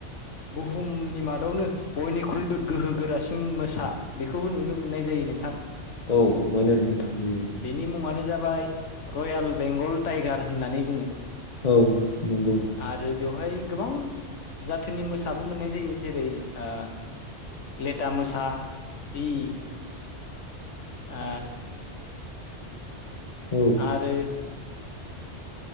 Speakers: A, on the left; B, on the left.
A: बुहुमनि मादावनो बयनिख्रुइबो गोहो गोरासिन मोसा बेखौबो नुनो मोननाय जायो नोंथां
B: औ मोनो नोंथां नुयो
A: बिनि मुङानो जाबाय रयेल बेंगल टाइगार होननानै बुङो
B: औ नंगौ नोंथां
A: आरो बेवहाय गोबां जाथिनि मोसाबो मोननाय जायो जेरै ओ लेटा मोसा ओम ए
B: औ
A: आरो